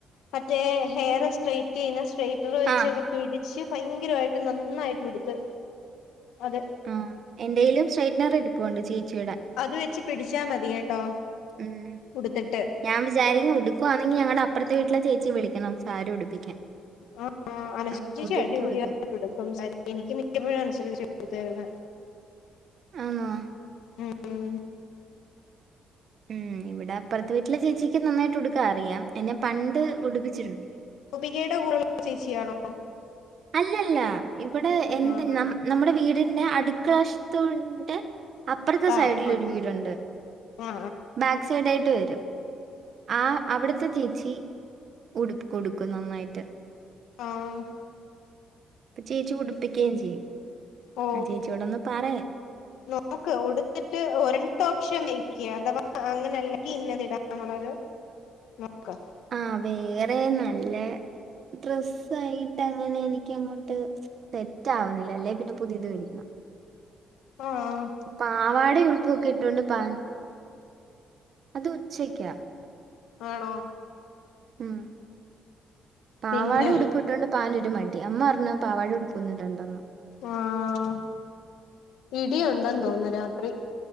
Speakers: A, on the left; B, on the right.
A: മറ്റേ ഹെയർ സ്ട്രൈറ്റ് ചെയ്യുന്ന സ്ട്രെറ്റ് മട്ടർ വെച്ചൊക്കെ
B: ആഹ്
A: പിടിച്ച് ഭയങ്കരമായിട്ട് നന്നായിട്ട് ഉടുത്ത് അത്
B: ആഹ് എന്റയിലും സ്ട്രൈറ്റ്നർ ഇരിപ്പുണ്ട് ചേച്ചീടെ
A: അത് വെച്ച് പിടിച്ചാ മതി കേട്ടോ?
B: ഉം
A: ഉടുത്തിട്ട്
B: ഞാൻ വിചാരിക്കുന്നു ഉടുക്കുവാന്നെങ്കി ഞങ്ങടെ അപ്പർത്തെ വീട്ടിലെ ചേച്ചിം വിളിക്കണം സാരി ഉടുപ്പിക്കാൻ
A: ആ അനശ്യരേ
B: ആഹ്
A: ചേചി
B: ഉതിക്കി
A: അടിപൊളിയായിട്ടെട്ക്കും
B: ഉടുക്കാൻ
A: സാരി എനിക്ക് മിക്കപ്പോഴും അനശ്യരേച്ചി ഉടുത്ത് തരുന്നേ
B: ആണോ
A: ഉം
B: ഉം ഇവിടെ അപ്പർത്തെ വീട്ടിലെ ചേച്ചിക്ക് നന്നായിട്ട് ഉടുക്കാ അറിയാം എന്നെ പണ്ട് ഉടുപ്പിച്ചിട്ടുണ്ട്.
A: ഗോപികേടെ കൂടെള്ള ചേച്ചിയാണോ?
B: അല്ലല്ല ഇവിടെ എന്റെ
A: ആ
B: നമ്മുടെ വീടിന്റെ അടുക്കളവശത്തുന്റെ അപ്പർത്തെ
A: ആ ആ
B: സൈഡിലൊരു വീടുണ്ട്
A: ആ
B: ബാക്ക് സൈടായിട്ട് വരും ആ അവിടുത്തെ ചേച്ചി ഉടു ഉടുക്കും നന്നായിട്ട്
A: ആഹ്
B: ഇപ്പൊ ചേച്ചി ഉടുപ്പിക്കേം ചെയ്യും
A: ഓ
B: ആ ചേച്ചിയോടൊന്ന് പറയ
A: നോക്ക് ഉടുത്തിട്ട് ഒരണ്ടപ്ഷ നീ ഇനി അഥവാ അങ്ങനെ അല്ലെങ്കി ഇന്നത് ഇടാ എന്നുള്ളത് നോക്കാം
B: ആ വേറെ നല്ല ഡ്രസ്സ ആയിട്ട് അങ്ങനെ എനി ക്ക അങ്ങോട്ട് സെറ്റ് ആവുന്നില്ല അല്ലേ പിന്നെ പുതിയത് വേടിക്കണം
A: ആഹ്
B: പാവാടെ ഉടുപ്പൊക്കെ ഇട്ടൊണ്ട് പൻ അത് ഉച്ചയ്ക്കാ
A: ആണോ
B: ഉം പാവാടെ
A: പിന്നെ
B: ഉടുപ്പിട്ടോണ്ട് പാൻ ഒരു മടി അമ്മ അർഞു പാവാടിം ഉടുപ്പൊന്നിടണ്ടന്ന്
A: ആഹ് ഇടിയുണ്ടെന്ന് തോന്നുന്നു രാത്രി